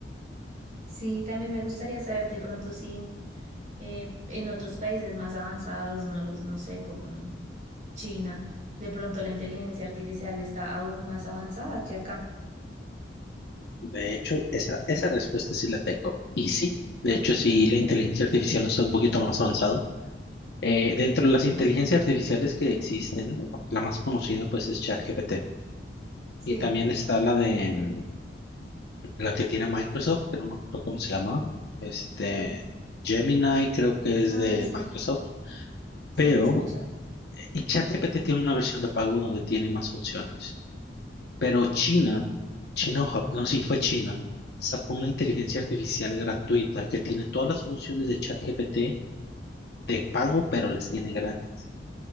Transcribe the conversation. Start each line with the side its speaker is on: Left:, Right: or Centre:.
Right: Sí, también me gustaría saber de pronto si eh, en otros países más avanzados, no los, no sé, como China, de pronto la inteligencia artificial está aún más avanzada que acá.
Left: De hecho, esa, esa respuesta sí la tengo. Y sí, de
Right: Ok,
Left: hecho, sí, la inteligencia artificial está un poquito más avanzado. Eh, dentro de las inteligencias artificiales que existen, la más conocida pues es ChatGPT.
Right: sí.
Left: Y también está la de mm, la que tiene Microsoft, que no me acuerdo cómo se llama. Este, Gemini creo que es
Right: Ah,
Left: de
Right: sí,
Left: Microsoft,
Right: sí,
Left: pero
Right: la he escuchado.
Left: Y ChatGPT tiene una versión de pago donde tiene más funciones. Pero China, China o Japón, no, sí fue China, sacó una inteligencia artificial gratuita que tiene todas las funciones de ChatGPT de pago, pero las tiene gratis.